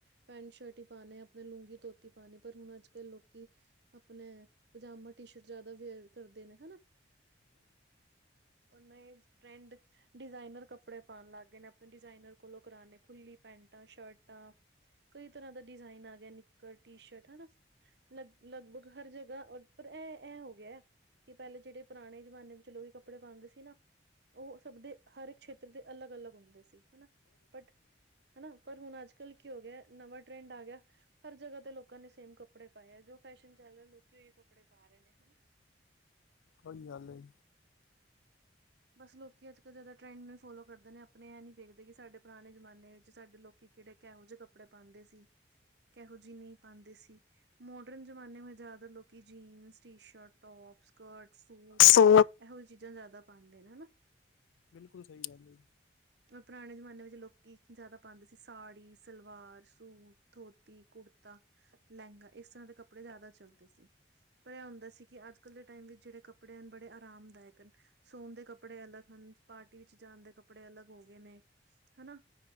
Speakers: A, on the right; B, on the left.
A: ਪੈਂਟ ਸ਼ਰਟ ਹੀ ਪਾਉਣੇ ਆਪਣੇ ਲੂੰਗੀ ਧੋਤੀ ਪਾਣੀ ਪਰ ਹੁਣ ਅੱਜ ਕੱਲ੍ਹ ਲੋਕੀ ਆਪਣੇ ਪਜਾਮਾ ਟੀ ਸ਼ਰਟ ਜਿਆਦਾ ਵੇਅਰ ਕਰਦੇ ਨੇ ਹਨਾ। ਉਹਨਾਂ ਇਹ ਟਰੈਂਡ ਡਿਜ਼ਾਇਨਰ ਕੱਪੜੇ ਪਾਉਣ ਲੱਗ ਗਏ ਨੇ ਆਪਣੇ ਡਿਜ਼ਾਇਨਰ ਕੋਲੋਂ ਕਰਾਣੇ ਖੁੱਲੀ ਪੈਂਟਾਂ ਸ਼ਰਟਾਂ। ਕਈ ਤਰ੍ਹਾਂ ਦਾ ਡਿਜ਼ਾਇਨ ਆ ਗਿਆ ਨਿੱਕਰ ਟੀ ਸ਼ਰਟ ਹਨਾ। ਲਗ ਲਗਭਗ ਹਰ ਜਗ੍ਹਾ ਪਰ ਇਹ ਇਹ ਹੋ ਗਿਆ। ਕਿ ਪਹਿਲੇ ਜਿਹੜੇ ਪੁਰਾਣੇ ਜਮਾਨੇ ਵਿੱਚ ਲੋਕ ਕੱਪੜੇ ਪਾਉਂਦੇ ਸੀ ਨਾ। ਉਹ ਸਭ ਦੇ ਹਰ ਇੱਕ ਖੇਤਰ ਦੇ ਅਲੱਗ- ਅਲੱਗ ਹੁੰਦੇ ਸੀ ਹਨਾ ਬਟ ਹਨਾ ਪਰ ਹੁਣ ਅੱਜ। ਹੋ ਗਿਆ ਨਵਾਂ ਟਰੈਂਡ ਆ ਗਿਆ ਹਰ ਜਗ੍ਹਾ ਤੇ ਲੋਕਾਂ ਨੇ ਸੇਮ ਕੱਪੜੇ ਪਾਏ ਜੋ। ਫੈਸ਼ਨ ਚੱਲ ਰਿਹਾ ਹੈ ਲੋਕੀ ਉਹੀਓ ਕੱਪੜੇ ਪਾ ਰਹੇ ਨੇ ਹਨਾ।
B: ਕੋਈ ਗੱਲ ਨਹੀਂ।
A: ਬਸ ਲੋਕੀ ਅੱਜ ਕੱਲ੍ਹ ਜ਼ਿਆਦਾ ਟਰੈਂਡ ਨੂੰ ਫੋਲੋ ਕਰਦੇ ਨੇ ਆਪ। ਆਪਣੇ ਇਹ ਨਹੀਂ ਵੇਖਦੇ ਕਿ ਸਾਡੇ ਪੁਰਾਣੇ ਜਮਾਨੇ ਵਿੱਚ ਸਾਡੇ ਲੋਕੀ ਕਿਹੜੇ ਕਿਹੋ ਜਿਹੇ ਕੱਪੜੇ ਪਾਉਂਦੇ ਸੀ। ਕਿਹੋ ਜਿਹੀ ਨਹੀਂ ਪਾਉਂਦੇ ਸੀ। ਮੋਡਰਨ ਜ਼ਮਾਨੇ ਮੇਂ ਜ਼ਿਆਦਾਤਰ ਲੋਕੀ jeans T shirt top skirt suit.
B: So
A: ਇਹੋ ਜਹੀ ਚੀਜ਼ਾਂ ਜ਼ਿਆਦਾ ਪਾਉਦੇ ਨੇ ਹਨਾ।
B: ਬਿਲਕੁਲ ਸਹੀ ਗੱਲ ਜੀ।
A: ਅ ਪੁਰਾਣੇ ਜ਼ਮਾਨੇ ਵਿੱਚ ਲੋਕੀ ਜ਼ਿਆਦਾ ਪਾਉਂਦੇ ਸੀ ਸਾੜੀ, ਸਲਵਾਰ, ਸੂਟ, ਧੋਤੀ, ਕੁੜਤਾ। ਲਹਿੰਗਾ ਇਸ ਤਰ੍ਹਾਂ ਦੇ ਕੱਪੜੇ ਜ਼ਿਆਦਾ ਚੱਲਦੇ ਸੀ ਪਰ ਇਹ ਹੁੰਦਾ ਸੀ ਕਿ ਅੱਜ। ਅੱਜ ਕੱਲ ਦੇ ਟਾਈਮ ਵਿੱਚ ਜਿਹੜੇ ਕੱਪੜੇ ਹਨ ਬੜੇ ਆਰਾਮਦਾਇਕ ਹਨ। ਸੋਣ ਦੇ ਕੱਪੜੇ ਅਲੱਗ ਹਨ ਪਾਰਟੀ ਵਿੱਚ ਜਾਣ ਦੇ ਕੱਪੜੇ ਅਲੱਗ ਹੋ ਗਏ ਨੇ ਹਨਾ